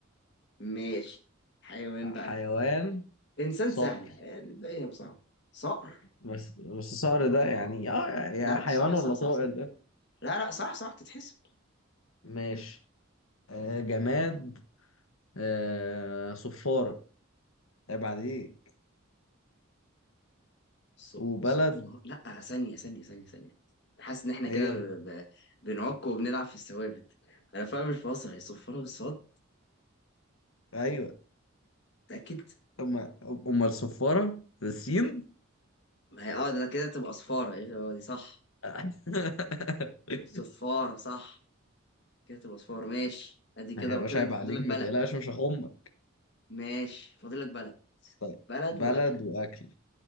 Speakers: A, on the left (about 55°); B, on the left (about 75°).
A: ماشي حيوان
B: حيوان
A: بقى انسان
B: صقر
A: سهله الباقي صعب صقر
B: بس بس الصقر ده
A: آه.
B: يعني اه يعني
A: لا لا
B: حيوان
A: صح
B: ولا
A: صح صح
B: طائر
A: صح
B: ده
A: لا لا صح صح تتحسب
B: ماشي آه جماد آه صفارة عيب عليك
A: ص-
B: وبلد
A: صفها لا ثانيه ثانيه ثانيه ثانيه حاسس ان احنا كده
B: ايه
A: ب... ب... بنعك وبنلعب في الثوابت انا فعلا مش بهزر هي صفارة بالصاد
B: ايوه
A: متأكد
B: امال امال الصفارة السين
A: ما هي اه ده كده تبقى صفارة ايه هو دي صح
B: <laughs>
A: صفارة صح كده تبقى صفارة ماشي ادي كده
B: ما هيبقاش
A: كده
B: عيب
A: انت فاضلك
B: عليك ما
A: بلد
B: تقلقش مش هخمك
A: ماشي فاضلك بلد
B: طيب
A: بلد
B: بلد
A: وأكلة
B: واكل